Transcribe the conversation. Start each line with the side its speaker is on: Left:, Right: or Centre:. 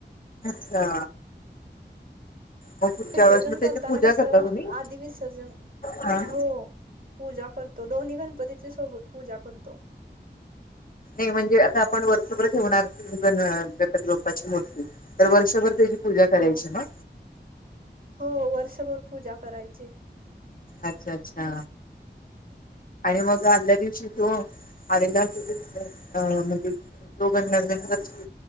Left: अच्छा. मग पुढच्या
Right: विसर्जन
Left: वेळेस मग त्याची
Right: करताना
Left: पूजा
Right: कसं
Left: करता तुम्ही
Right: आधी विसर्जन
Left: हा
Right: हो.. पूजा करतो दोन्ही गणपतीची सोबत पूजा करतो.
Left: नाही म्हणजे आता आपण वर्षभर ठेवणार गणपती बाप्पाची मूर्ती, तर वर्षभर त्याची पूजा करायची
Right: हो
Left: मग?
Right: हो वर्षभर पूजा करायची.
Left: अच्छा, अच्छा आणि मग आदल्या दिवशी तो आलेला अ म्हणजे जो <unintelligible>